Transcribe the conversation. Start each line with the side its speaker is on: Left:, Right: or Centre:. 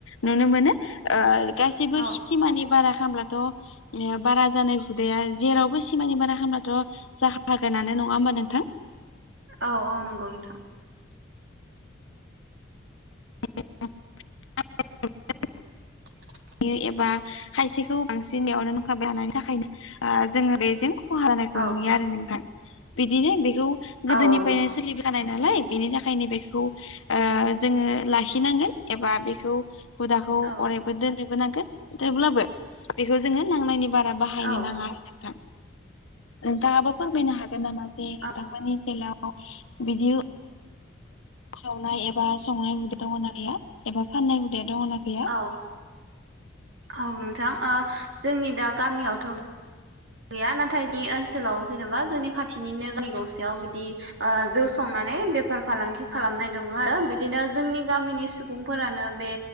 Left: नुनो मोनो ओ गासैबो
Right: औ
Left: सिमानि बारा खामब्लाथ ओ बारा जानाय हुदाया जेरावबो सिमानि बारा खामब्लाथ जाखागोनानो नंङा होमबा नोंथां
Right: औ औ नंगौ नोंथां
Left: <unintelligible>
Right: <inaudible>
Left: एबा खायसेखौ बांसिन थाखायनो ओ जोंङो बेजों खहा जानायखौ
Right: औ
Left: नुयो आरो नोंथां बिदिनो बेखौ गोदोनिफ्रायनो
Right: औ औ नंगौ
Left: सोलि जानाय नालाय बेनि थाखायनो बेखौ ओ जोंङो लाखिनांगोन एबा बेखौ हुदाखौ अरायबो
Right: औ
Left: दोननोबो नांगोन जेब्लाबो बेखौ जोंङो नांनायनि बार रा बाहायनो
Right: औ
Left: नांङा आरो नोंथां नोंथाङाबो फोरमायनो हागो गोन नामा जे नोंथांमोननि
Right: औ
Left: ओनसोलाव बिदि सावनाय एबा संनाय गैया एबा फाननाय हुदाया दंना गैया
Right: औ औ नोंथां ओ जोंनि दा गामियावथ गैया नाथाय जोंनि ओनसोलाव जेनेबा जोंनि खाथिनिनो गामि गंसेयाव बिदि जौ संनानै बेफार फालांगि खालामनाय दङ आरो बिदिनो जोंनि गामिनि सुबुंफोरानो बे